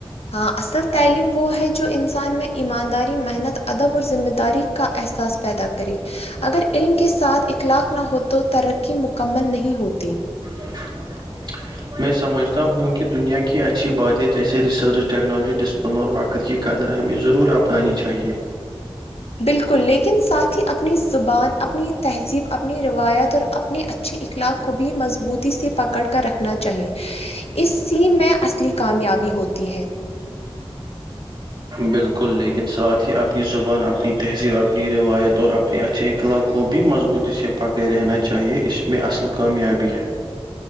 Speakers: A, on the left; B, on the right.
A: ہاں اصل تعلیم وہ ہے جو انسان میں ایمانداری محنت ادب اور ذمہ داری کا احساس پیدا کریں اگر علم کے ساتھ اخلاق نہ ہو تو ترقی مکمل نہیں ہوتی
B: ج میں سمجھتا ہوں کہ دنیا کی اچھی بادیں جیسے ریسرچ ٹیکنالوجی ڈسپلور وقت وقت کی قدر ہمیں ضرور اپنانی چاہیے
A: بالکل لیکن ساتھ ہی اپنی زبان اپنی تہذیب اپنی روایت اور اپنی اچھے اخلاق کو بھی مضبوطی سے پکڑ کر رکھنا چاہیے اس سیم میں اصلی کامیابی ہوتی ہے
B: بالکل لیکن ساتھ ہی اپنی زبان اپنی تہذیب اپنی روایت اور اپنے اچھےخلا کو بھی مضبوطی سے پکڑے رہنا چاہیے اس میں اصل کامیابی ہے